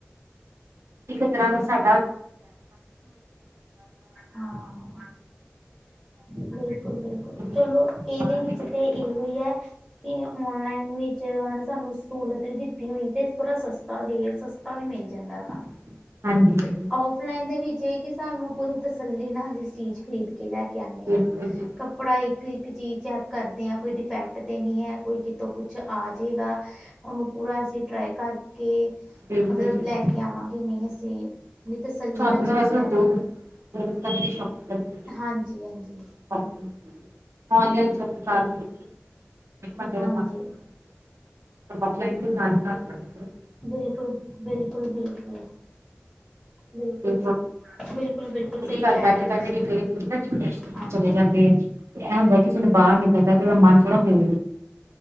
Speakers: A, on the right; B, in the centre.
A: ਤਰਾ ਦਾ
B: ਹਾਂ ਬਿਲਕੁਲ ਬਿਲਕੁਲ ਚਲੋ
A: <unintelligible> <unintelligible>
B: ਇਹਦੇ ਵਿਚ
A: ਨਿਕਲ ਕੇ
B: ਤੇ
A: ਬੜਾ
B: ਏਹੋ ਈ ਐ ਏ ਔਨਲਾਈਨ ਵਿੱਚ ਉਹਨਾਂ ਨੇ ਸਾਨੂੰ ਸਹੂਲਤ ਵੀ ਦਿੱਤੀ ਹੋਈ ਤੇ ਥੋੜ੍ਹਾ ਸਸ <unintelligible> ਦੇ ਸਸਤਾ ਵੀ ਮਿਲ ਜਾਂਦਾ ਹੈਗਾ।
A: <unintelligible> <inaudible>
B: ਤੇ
A: ਹਾਂਜੀ
B: ੳਫਲਾਈਨ ਦੇ ਵਿੱਚ ਇਹ ਵੇਖ ਕਿ ਸਾਨੂੰ ਪੂਰੀ ਤਸੱਲੀ ਨਾਲ ਹੀ ਚੀਜ਼ ਖਰੀਦ ਕੇ ਲੈ ਕੇ ਆਨੇ
A: ਬਿਲਕੁਲ
B: ਆ
A: ਜੀ
B: ਪੜ੍ਹਾਈ ਇੱਕ-ਇੱਕ ਚੀਜ਼ ਚੈੱਕ ਕਰਦੇ ਆ ਕੋਈ ਡਿਫੈਕਟ ਤੇ ਨਹੀਂ ਹੈ ਕੋਈ ਕਿਤੋਂ ਕੁਛ ਆ ਜੇਗਾ ਉਹਨੂੰ ਪੂਰਾ ਅਸੀਂ ਟਰਾਈ ਕਰਕੇ,
A: ਬਿਲਕੁਲ
B: ਮਤਲਬ
A: ਜੀ
B: ਲੈ ਕੇ ਆਵਾਂਗੇ ਨਹੀਂ ਅਸੀਂ ਵੀ ਤਸੱਲੀ
A: ਸਾਨੂੰ
B: ਨਾਲ
A: ਨਾ
B: ਚੀਜ਼
A: ਵੈਸੇ
B: ਲੈ
A: ਦੋਨੋਂ
B: ਕੇ ਆਵ
A: <inaudible>
B: ਹਾਂਜੀ, ਹਾਂਜੀ
A: ਔਫਲਾਈਨ <unintelligible> <unintelligible>
B: ਹਾਂਜੀ ਬਿਲਕੁਲ, ਬਿਲਕੁਲ, ਬਿਲਕੁਲ
A: <unintelligible>
B: ਬਿਲਕੁਲ
A: ੜ
B: ਸਹੀ। ਬਿਲਕੁਲ ਬਿਲਕੁਲ ਸਹੀ
A: ਉਹਦੇ ਘਰ
B: ਕਹਿ
A: ਬੈਠੇ-ਬੈਠੇ
B: ਰਹੇ ਤੁਸੀਂ
A: ਵੀ ਕ <unintelligible>
B: ਹਾਂਜੀ।
A: ਚਲੇ ਜਾਂਦੇ ਆ ਤੇ ਇਹ ਹੁੰਦਾ ਕਿ ਚਲੋ ਬਾਹਰ ਨਿਕਲਦੇ ਥੋੜਾ ਤੇ ਉਹਦਾ ਮਨ ਥੋੜਾ ਹੋ